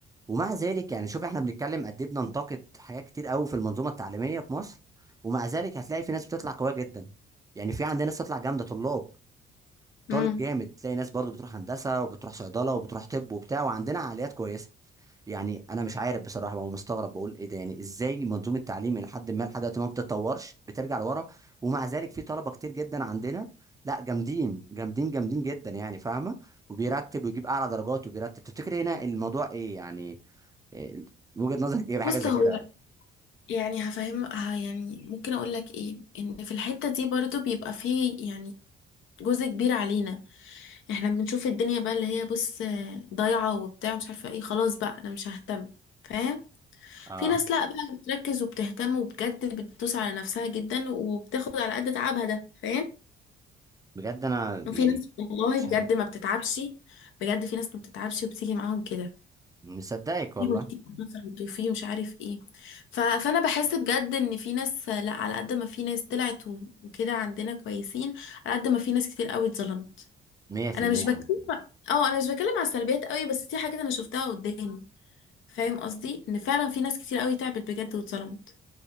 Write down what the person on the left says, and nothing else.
امم
بص
هو
يعني هفهم ه- يعني ممكن اقول لك ايه ان في الحتة دي برضو بيبقى فيه يعني جزء كبير علينا احنا بنشوف الدنيا بقى اللي هي بص آه، ضايعة وبتاع مش عارفة ايه خلاص بقى انا مش ههتم فاهم
في ناس لا بقى بتركز وبتهتم وبجد بتدوس على نفسها جدا وبتاخد على قد تعبها ده فاهم
وفي
ناس والله
بجد
ما بتتعبش بجد في ناس ما بتتعبش وبتيجي معاهم كده
في مكتئب مثلا في مش عارف ايه ف... فانا بحس بجد ان في ناس لا على قد ما في ناس طلعت و- وكده عندنا كويسين على قد ما في ناس كتير قوي اتظلمت
انا مش بتكلم
اه انا مش بتكلم على السلبيات قوي بس دي حاجات انا شفتها قدامي فاهم قصدي ان فعلا في ناس كتير قوي تعبت بجد واتظلمت